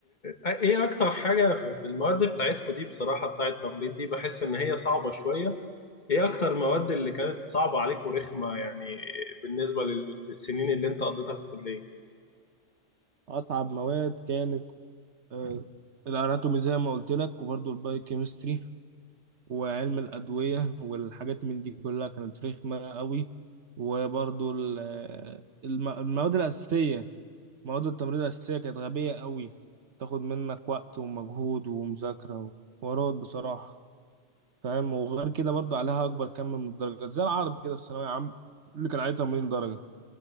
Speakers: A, on the left; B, on the right.
A: آه، ايه اكتر حاجة في في المواد بتاعتكو دي بصراحة بتاعت التمريض دي بحس ان هي صعبة شوية ايه اكتر مواد اللي كانت صعبة عليك ورخمة يعني بالنسبة لل... للسنين اللي انت قضيتها في الكلية
B: فأصعب مواد كانت آه، الأناتومي زي ما قلت لك وبرضه البايوكيمستري وعلم الأدوية والحاجات من دي كلها كانت رخمة قوي وبرضه ال- آه، الم- المواد الأساسية مواد التمريض الأساسية كانت غبية قوي تاخد منك وقت ومجهود ومذاكرة وحوارات بصراحة فاهم وغير كده برضو عليها اكبر كم من الدرجات زي العربي كده في الثانويه عام اللي كان عليه 80 درجه